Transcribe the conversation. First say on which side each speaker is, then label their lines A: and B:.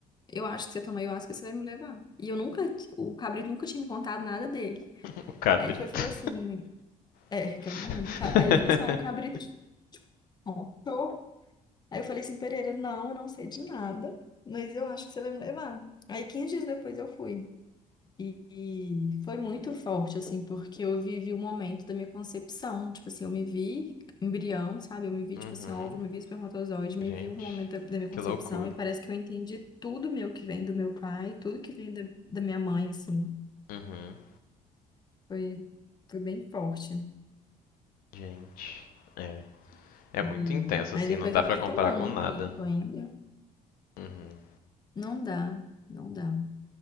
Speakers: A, on the left; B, on the left.
A: eu acho que você toma ayahuasca e você vai me levar. E eu nunca, o Cabrito nunca tinha me contado nada dele.
B: <laughs> O cabrito.
A: Aí ele foi e falou assim. É,
B: <laughs>
A: que é meu amigo. Ca- Aí ele falou assim, ah, o Cabrito te contou. Aí eu falei assim, Pereira, não, eu não sei de nada, mas eu acho que você vai me levar. Aí 15 dias depois eu fui. E, e foi muito forte, assim, porque eu vivi o momento da minha concepção. Tipo assim, eu me vi embrião, sabe? Eu me vi,
B: Uhum,
A: tipo assim, óvulo, me vi espermatozoide, me
B: gente,
A: vi o momento da, da minha concepção.
B: que loucura.
A: E parece que eu entendi tudo meu que vem do meu pai, tudo que vem da, da minha mãe, assim.
B: Uhum,
A: Foi, foi bem forte.
B: gente. É, é muito
A: E
B: intenso,
A: aí
B: assim,
A: depois
B: não dá
A: eu
B: pra
A: fiquei
B: comparar
A: tomando
B: com
A: um
B: nada,
A: tempo
B: né?
A: ainda.
B: Uhum.
A: Não dá, não dá.